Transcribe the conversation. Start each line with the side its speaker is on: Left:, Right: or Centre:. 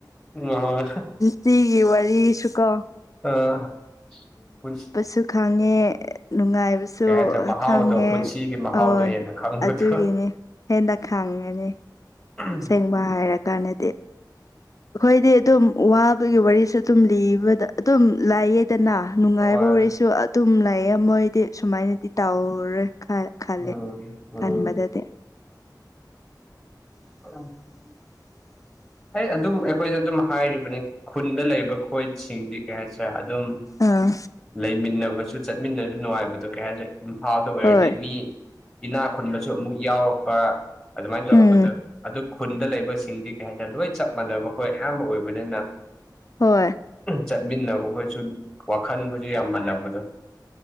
Centre: ꯍꯣꯏ꯫
Left: ꯁꯤꯒꯤ ꯋꯥꯔꯤꯁꯨ ꯀꯣ
Centre: ꯑ ꯄꯨꯟ
Left: ꯁꯨ ꯈꯪꯉꯦ ꯅꯨꯡꯉꯥꯏꯕꯁꯨ
Centre: ꯀꯩ ꯍꯥꯏꯁꯤꯔꯦ ꯃꯍꯥꯎꯗꯣ
Left: ꯈꯪꯉꯦ
Centre: ꯄꯨꯟꯁꯤꯒꯤ ꯃꯍꯥꯎꯗꯣ
Left: ꯑꯋꫭꯏ
Centre: ꯍꯦꯟꯅ ꯈꯪꯕꯗꯣ
Left: ꯑꯗꯨꯒꯤꯅꯤ ꯍꯦꯟꯅꯥ ꯈꯥꯡꯉꯅꯤ
Centre: <unintelligible>
Left: ꯑꯁꯦꯡꯕ ꯍꯥꯏꯔ ꯀꯥꯟꯗꯗꯤ ꯑꯩꯈꯣꯏꯗꯤ ꯑꯗꯨꯝ ꯋꯥꯕꯒꯤ ꯋꯥꯔꯤꯁꯨ ꯑꯗꯨꯝ ꯂꯤꯕ ꯗ ꯑꯗꯨꯝ ꯂꯥꯏꯌꯦꯗꯅ ꯅꯨꯡꯉꯥꯏꯕ
Centre: ꯍꯣꯏ
Left: ꯋꯥꯔꯤꯁꯨ ꯑꯗꯨꯝ ꯂꯥꯏꯑꯦ ꯃꯣꯏ ꯗꯤ ꯁꯨꯃꯥꯏꯅꯗꯤ ꯇꯧꯔꯣꯏ ꯈꯜꯂꯦ
Centre: ꯎꯝ ꯎꯝ
Left: ꯈꯟꯕꯗꯗꯤ
Centre: <unintelligible> ꯑꯩ ꯑꯗꯨꯝ ꯑꯩꯈꯣꯏꯗꯗꯨꯝ ꯍꯥꯏꯔꯤꯕꯅꯤ ꯈꯨꯟꯗ ꯂꯩꯕ ꯈꯣꯏꯁꯤꯡꯗꯤ ꯀꯩ ꯍꯥꯏꯁꯔꯦ ꯑꯗꯨꯝ
Left: ꯑꯥ
Centre: ꯂꯩꯃꯤꯟꯅꯕꯁꯨ ꯆꯠꯃꯤꯟꯅꯕꯁꯨ ꯅꯨꯡꯉꯥꯏꯕꯗꯣ ꯀꯩ ꯍꯥꯏꯁꯔꯦ ꯏꯝꯐꯥꯜꯗ ꯑꯣꯏꯔꯗꯤ
Left: ꯍꯣꯏ
Centre: ꯃꯤ ꯏꯅꯥ ꯈꯨꯟꯕꯁꯨ ꯑꯃꯨꯛ ꯌꯥꯎꯔꯛꯄ ꯑꯗꯨꯃꯥꯏꯅ ꯇꯧꯔꯛꯄꯗ
Left: ꯎꯝ
Centre: ꯑꯗꯨ ꯈꯨꯟꯗ ꯂꯩꯕꯁꯤꯡꯗꯤ ꯀꯩ ꯍꯥꯏꯇꯥꯔꯦ ꯂꯣꯏ ꯆꯞ ꯃꯥꯟꯅꯕ ꯑꯩꯈꯣꯏ ꯑꯌꯥꯝꯕ ꯑꯣꯏꯕꯅꯤꯅ
Left: ꯍꯣꯏ
Centre: ꯆꯠꯃꯤꯟꯅꯕ ꯈꯣꯏꯁꯨꯝ ꯋꯥꯈꯜꯈꯣꯏꯁꯨ ꯌꯥꯝ ꯃꯥꯜꯂꯝꯕꯗꯣ